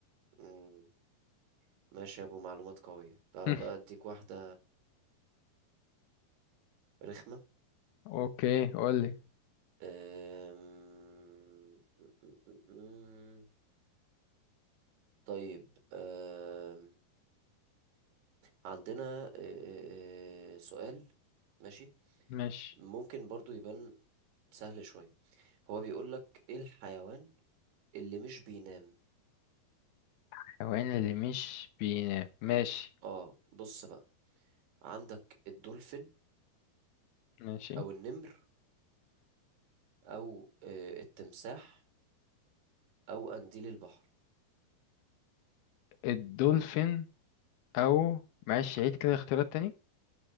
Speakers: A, on the right (about 80°); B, on the left (about 75°).
A: مم، ماشي يا أبو معلومات قوية تعالى
B: <laughs>
A: بقى أديك واحدة رخمة
B: أوكي قولي
A: أم... أم- طيب أم... عندنا أه، أه، أه، سؤال ماشي
B: ماشي
A: ممكن برضو يبان سهل شوية هو بيقولك ايه الحيوان اللي مش بينام
B: الحيوان اللي مش بينام ماشي
A: اه بص بقى عندك الدولفين
B: ماشي
A: او النمر او أه، التمساح او قنديل البحر
B: الدولفين أو معلش عيد كده اختيارات تاني